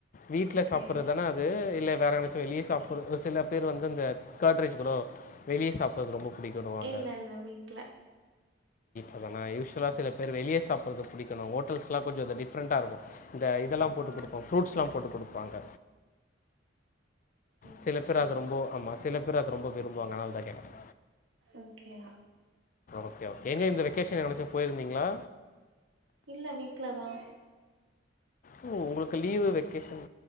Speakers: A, on the left; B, on the right.
A: வீட்டுல
B: ஓகே
A: சாப்பிடறது தானே அது இல்ல வேற நனச்சும் வெளியே சாப்ப சில பேர் வந்து அந்த கேட் ரைஸ் கூட வெளியே சாப்பதுக்கு ரொம்ப பிடிக்கணுவாங்க
B: இல்ல இல்ல வீட்டுல
A: அதனா யூஷலாக சில பேர் வெளிய சாப்பிடறது புடிக்கணு ஹோட்டல்ஸ்லாம் கொஞ்சம் டிப்ரெண்டா இருக்கும் இந்த இதெல்லாம் போட்டு
B: ஆ
A: கொடுப்போம் ஃப்ரூட்ஸ்லாம் போட்டு குடுப்பாங்க
B: ஓகே
A: சில பேர் அது ரொம்ப ஆமா சில பேர் அது ரொம்ப விரும்புவாங்க அதனால தான் கேட்டேன்
B: ஓகே
A: ஓகே எங்க இந்த வெக்கேஷன் எங்கனாச்சு போயிருந்தீங்களா
B: இல்ல வீட்டுலதான்
A: ஓ உங்களுக்கு லீவு வெக்கேஷன்